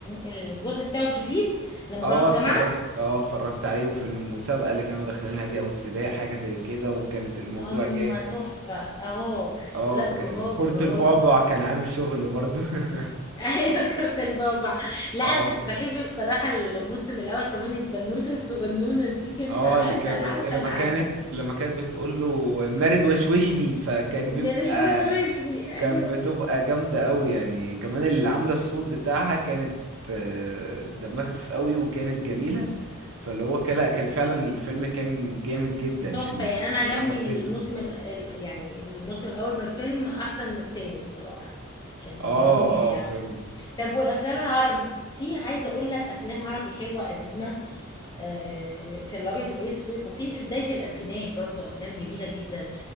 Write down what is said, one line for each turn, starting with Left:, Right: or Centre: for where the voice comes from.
Left: الجزء بتاعه الجديد لما
Right: اه
Left: راحوا الجامعة
Right: اتفرجت اه اتفرجت عليه وفي المسابقة اللي كانوا داخلينها دي او السباق حاجة زي كده وكانت الموضوع
Left: هم
Right: جامد
Left: تحفة اهو
Right: اه
Left: لا رهاب
Right: كان كرة
Left: رهاب
Right: البعبع كان عامل شغل برضه <laughs>
Left: <laughs> ايوه كارت البابا لا
Right: اه
Left: انا كنت بحب بصراحة الموسم الاول كمان البنوتة الصغنونة دي كانت
Right: اه
Left: عسل
Right: اللي كان
Left: عسل
Right: لما
Left: عسل
Right: كانت لما كانت بتقول له مارد وشوشني فكان بيبقى
Left: ميري توشوشني
Right: كان
Left: ايوه
Right: بتبقى جامدة قوي يعني كمان اللي عاملة الصوت بتاعها كانت آه، دمها خفيف قوي وكانت جميلة فاللي هو كان- لا كان فعلا الفيلم كان جامد جدا يعني
Left: تحفة يعني
Right: انا
Left: انا عجبني
Right: أنا حبيته
Left: الموسم ال... ال- يعني الموسم الاول من الفيلم احسن من التاني بصراحة كان
Right: اه
Left: جميل
Right: اه
Left: يعني
Right: فهمت
Left: طب والافلام العربي في عايزه اقول لك افلام عربي حلوه قديمه آه، في الابيض واسود وفي في بدايه الالفينات برضو افلام جميله جدا